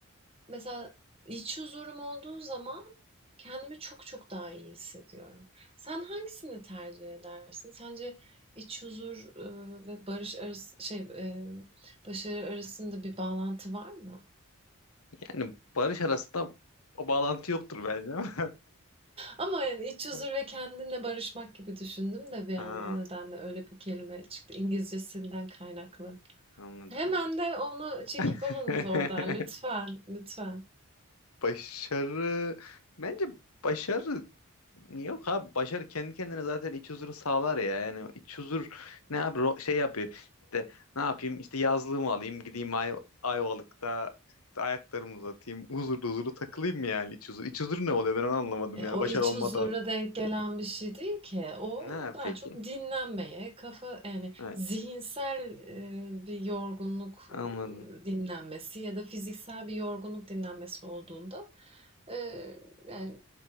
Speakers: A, on the right (about 25°); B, on the left (about 80°).
A: Mesela iç huzurum olduğu zaman kendimi çok çok daha iyi hissediyorum. Sen hangisini tercih edersin? Sence iç huzur e, ve barış arası şey e, başarı arasında bir bağlantı var mı?
B: Yani barış arasında o bağlantı yoktur bence ama.
A: Ama yani iç huzur
B: <laughs>
A: ve kendinle barışmak gibi düşündüm de bir
B: Ha,
A: an o nedenle öyle bir kelime çıktı İngilizcesinden kaynaklı.
B: anladım
A: Hemen
B: anladım.
A: de onu çekip
B: <laughs>
A: alınız oradan lütfen, lütfen.
B: Başarı bence başarı yok abi başarı kendi kendine zaten iç huzuru sağlar ya. Yani iç huzur ne abi ro- şey yapıyor. İşte ne yapayım işte yazlığımı alayım gideyim Ay Ayvalık'ta işte ayaklarımı uzatayım huzurlu huzurlu takılayım mı yani iç huzur. iç huzur ne oluyor ben onu anlamadım
A: E,
B: yani
A: o
B: başarı
A: iç
B: olmadan.
A: huzura denk gelen bir şey değil ki. O
B: Ne
A: daha
B: peki?
A: çok dinlenmeye, kafa yani
B: Ha,
A: zihinsel e, bir yorgunluk
B: anladım.
A: e, dinlenmesi ya da fiziksel bir yorgunluk dinlenmesi olduğunda e, yani